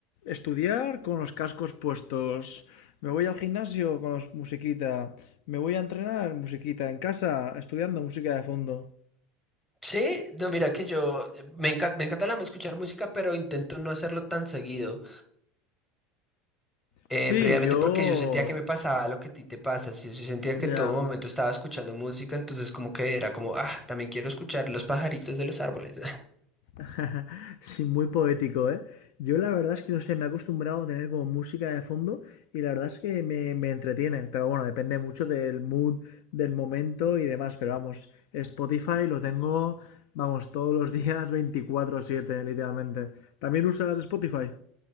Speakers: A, on the left; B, in the centre.
A: estudiar con los cascos puestos. Me voy al gimnasio con los- musiquita. Me voy a entrenar, musiquita. En casa, estudiando música de fondo.
B: Sí, no, mira que yo me encanta, me encanta la- escuchar música, pero intento no hacerlo tan seguido. Eh,
A: Sí,
B: previamente
A: yo...
B: porque yo sentía que me pasaba lo que a ti te pasa. Sí, sí, sentía
A: Ya.
B: que en todo momento estaba escuchando música, entonces como que era como, ah, también quiero escuchar los pajaritos de los árboles.
A: <laughs> sí, muy poético, ¿eh? Yo la verdad es que no sé, me he acostumbrado a tener como música de fondo y la verdad es que me, me entretiene, pero bueno, depende mucho del mood, del momento y demás, pero vamos, Spotify lo tengo, vamos, todos los <laughs> días veinticuatro siete literalmente. ¿También usas Spotify?